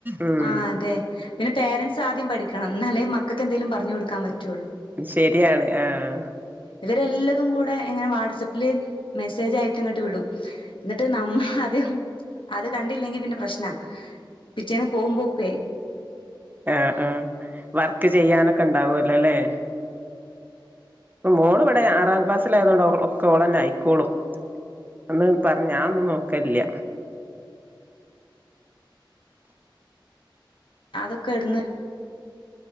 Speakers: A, on the right (about 20°); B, on the left (about 80°).
A: ഉം
B: ആ അതെ പിന്നെ പേരൻറ്സ് ആദ്യം പഠിക്കണം എന്നാലേ മക്കൾക്ക് എന്തെങ്കലും പറഞ്ഞു കൊടുക്കാൻ പറ്റുവുള്ളൂ
A: ശരിയാണ് ആഹ്
B: ഇവരെല്ലതും കൂടെ എങ്ങനെ വാട്സആപ്പില് മെസ്സേജ് ആായിട്ട് ഇങ്ങോട്ട് വിടും ന്നിട്ട് നമ്മളാദ്യം അത് കണ്ടില്ലെങ്കി പിന്നെ പ്രശ്നാ പിറ്റേന്ന് പോകുമ്പോൾക്കെ
A: ആഹ് ആഹ് വർക്ക് ചെയ്യാനൊക്കെ ഉണ്ടാവല്ലോല്ലേ പ്പം മോള് ഇവിടെ ആറാം ക്ലാസ്സിലായതുകൊണ്ട് ഒക്കെ ഒള്ളെന്നെ ആയിക്കോളൂ അന്ന് പറഞ് ഞാൻ ഒന്നും നോക്കലില്ല
B: അതൊക്കെ എടുന്ന്